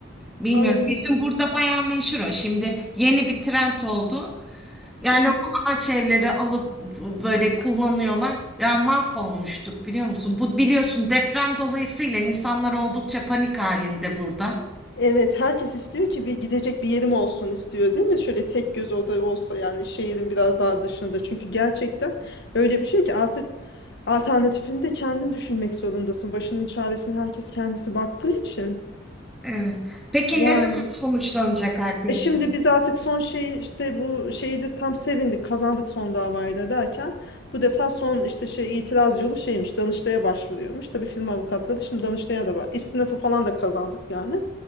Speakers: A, in the centre; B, on the left (about 55°).
A: Bilmiyorum.
B: Ay.
A: Bizim burada bayağı meşhur o. Şimdi yeni bir trend oldu. Yani
B: Hı hı.
A: o ağaç evleri alıp böyle kullanıyorlar. Ya mahvolmuştuk biliyor musun? Bu biliyorsun deprem dolayısıyla insanlar oldukça panik halinde burada.
B: Evet, herkes istiyor ki bir gidecek bir yerim olsun istiyor, değil mi? Şöyle tek göz oda olsa yani şehrin biraz daha dışında. Çünkü gerçekten öyle bir şey ki artık alternatifini de kendin düşünmek zorundasın. Başının çaresine herkes kendisi baktığı için.
A: Evet. Peki
B: Yani.
A: ne zaman sonuçlanacak arkadaşım?
B: E şimdi biz artık son şey işte bu şeyi de tam sevindik kazandık son davayı da derken bu defa son işte şey itiraz yolu şeymiş Danıştay'a başvuruyormuş. Tabii firma avukatları şimdi Danıştay'a da var. İstinafı falan da kazandık yani.